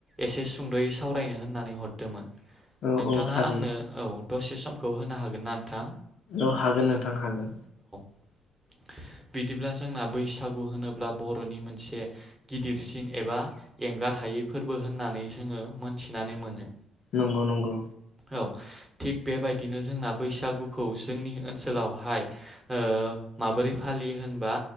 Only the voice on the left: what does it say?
औ
औ थारैनो
औ हागोन नोंथां हागोन
नंगौ नंगौ